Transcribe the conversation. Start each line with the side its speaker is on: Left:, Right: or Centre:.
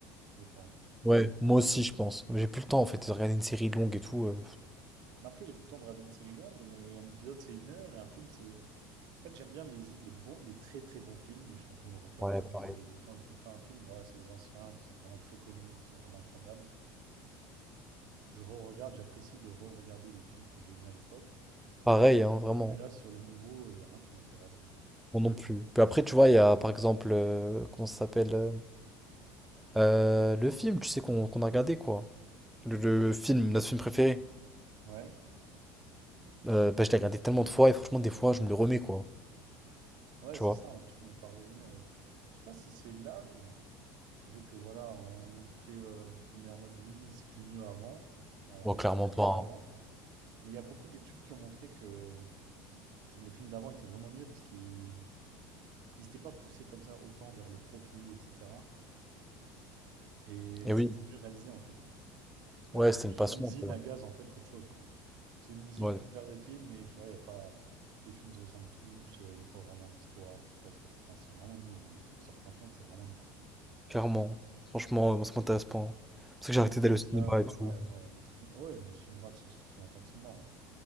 Right: je pense.
Centre: Ouais, moi aussi, je pense. J'ai plus le temps en fait de regarder une série longue et tout. euh,
Right: Mais après, j'ai plus le temps de regarder une série longue, mais un épisode, c'est une heure, et un film, c'est. En fait, j'aime bien les, les bons, les très très bons films, et je suis en train de me refaire,
Centre: Ouais,
Right: tu vois, un
Centre: pareil.
Right: peu les. Quand je me fais un film, voilà, c'est les anciens qui sont vraiment très connus, qui sont vraiment incroyables. Je re-regarde, j'apprécie de re-regarder les films que j'ai aimés à l'époque.
Centre: Pareil, hein, vraiment.
Right: Mais là, sur les nouveaux, il n'y a rien qui m'intéresse en fait.
Centre: Moi non plus. Puis après, tu vois, il y a par exemple, euh, comment ça s'appelle euh, euh, le film, tu sais, qu'on qu'on a regardé, quoi. Le, le film, notre film préféré.
Right: Ouais,
Centre: Euh, bah, je l'ai regardé tellement de fois et franchement, des fois, je me le remets, quoi.
Right: ouais,
Centre: Tu
Right: c'est
Centre: vois?
Right: ça, hein, tu finis par revenir. euh, Je sais pas si c'est l'âge qui fait que voilà, on fait, euh, on est en mode oui, c'était mieux avant, on
Centre: Bon,
Right: reste
Centre: clairement
Right: sur notre
Centre: pas.
Right: truc d'avant.
Centre: hein.
Right: Mais il y a beaucoup d'études qui ont montré que les films d'avant étaient vraiment mieux parce qu'ils ils s'étaient pas poussés comme ça autant vers le profit, etc. Et
Centre: Eh
Right: c'était
Centre: oui,
Right: mieux réalisé en fait. Là,
Centre: ouais,
Right: c'est
Centre: c'était
Right: plus
Centre: une passion,
Right: une usine
Centre: un peu.
Right: à gaz en fait qu'autre chose, quoi. C'est une usine,
Centre: Ouais,
Right: faut faire des films et tu vois, il y a pas. Les films se ressemblent tous, euh, il n'y a pas vraiment d'histoire, tu t'attaches. Enfin, c'est vraiment nul. hein. Les trucs qui sortent maintenant, c'est vraiment nul. hein.
Centre: clairement. Franchement, euh, moi, ça m'intéresse pas. hein. C'est pour
Right: Les
Centre: ça
Right: trucs
Centre: que j'ai arrêté
Right: Netflix,
Centre: d'aller au cinéma
Right: là, euh,
Centre: et tout.
Right: ouais, ouais, les trucs. Ouais, le cinéma, de toute façon, ça fait très longtemps que c'est mort. hein.